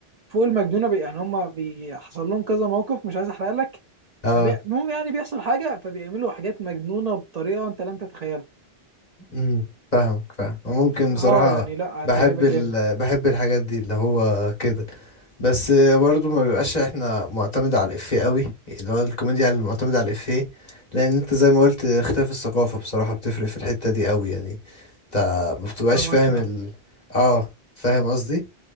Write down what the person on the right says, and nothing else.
فوق المجنونه بي... يعني هما بيحصل لهم كذا موقف مش عايز احرق لك
فبي... المهم يعني بيحصل حاجه فبيعملوا حاجات مجنونه بطريقه انت لم تتخيلها
اه
يعني لا
هتعجبك
جامد
اه معاك
في ده